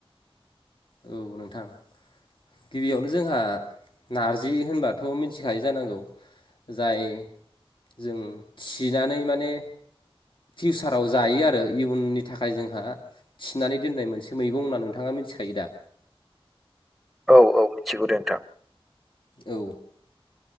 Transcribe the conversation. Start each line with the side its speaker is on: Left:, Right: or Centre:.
Left: औ नोंथां गिबियावनो जोंहा नारजि होनबाथ' मिथिखायो जानांगौ जाय जों थिनानै माने फिउसाराव जायो आरो इयुननि थाखाय जोंहा थिनानै दोननाय मोनसे मैगं होनना नोंथाङा मिथिखायो दा
Centre: औ औ मिथिगौ दे नोंथां
Left: औ